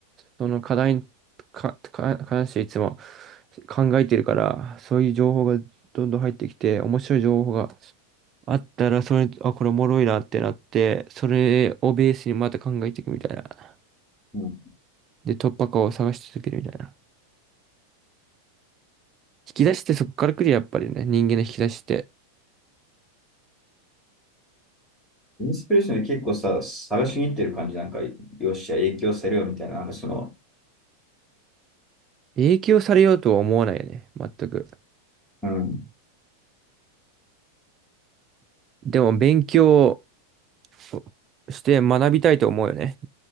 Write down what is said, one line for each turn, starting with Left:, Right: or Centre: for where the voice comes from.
Right: その課題にか、か、関していつも考えてるから、そういう情報がどんどん入ってきて、面白い情報があったら、それ、あ、これおもろいなってなって、それをベースにまた考えていくみたいな。
Centre: うん。
Right: で、突破口を探し続けるみたいな。引き出しってそこから来るやっぱりね、人間の引き出しって。
Centre: インスピレーションで結構さ、探しに行ってる感じ。なんか、よっしゃ、影響されよみたいな。なんかその、
Right: 影響されようとは思わないよね、全く。
Centre: うん。
Right: でも勉強そうして学びたいと思うよね。